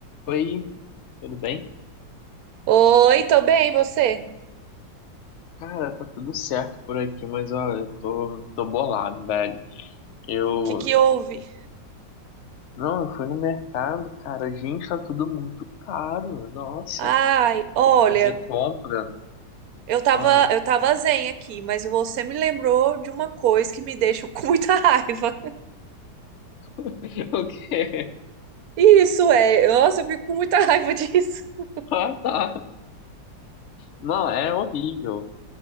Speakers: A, on the left; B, on the right.
A: Oi, tudo bem?
B: Oi, tô bem, e você?
A: Cara, tá tudo certo por aqui, mas olha, eu tô, tô bolado, velho. Eu.
B: O que que houve?
A: Não, eu fui no mercado, cara. Gente, tá tudo muito caro. Nossa,
B: Ai, olha,
A: tem que fazer compra.
B: eu tava,
A: Ah,
B: eu tava zen aqui, mas você me lembrou de uma coisa que me deixa com muita <laughs> raiva.
A: <laughs> o quê?
B: Isso é, nossa, eu fico com muita raiva disso.
A: Ah, tá. Não, é horrível.